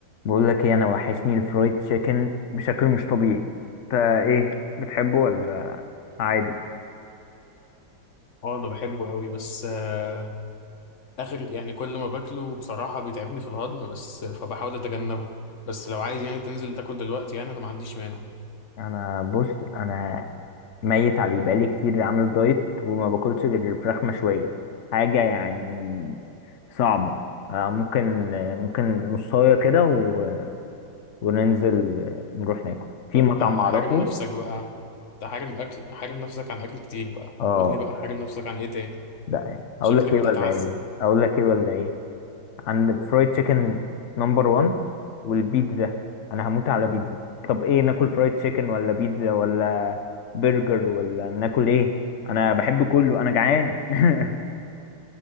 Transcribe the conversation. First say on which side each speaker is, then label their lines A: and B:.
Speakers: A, on the left; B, on the left.
A: بقول لك ايه انا وحشني الفرايد تشيكن بشكل مش طبيعي انت ايه بتحبه ولا عادي
B: اه انا بحبه قوي بس آه، اخر يعني كل ما باكله بصراحة بيتعبني في الهضم بس فبحاول اتجنبه بس لو عايز يعني تنزل تاكل دلوقتي يعني انا ما عنديش مانع
A: انا بص انا ميت عليه بقالي كتير عامل دايت وما باكلش غير فراخ مشويه حاجه يعني صعبه آه، ممكن آه، ممكن نصايه كده و... وننزل آه، نروح ناكل في
B: فانت
A: مطعم
B: حارم
A: اعرفه
B: نفسك بقى انت حارم اكل حارم نفسك عن اكل كتير بقى
A: اه
B: قول لي بقى حارم نفسك عن ايه تاني
A: ده ايه،
B: شكلك
A: اقول لك ايه
B: بتتعذب
A: ولا ايه اقول لك ايه ولا ايه عند الفرايد تشيكن نمبر 1 والبيتزا انا هموت على بيتزا طب ايه ناكل فرايد تشيكن ولا بيتزا ولا برجر ولا ناكل ايه انا بحب كله انا جعان <laughs>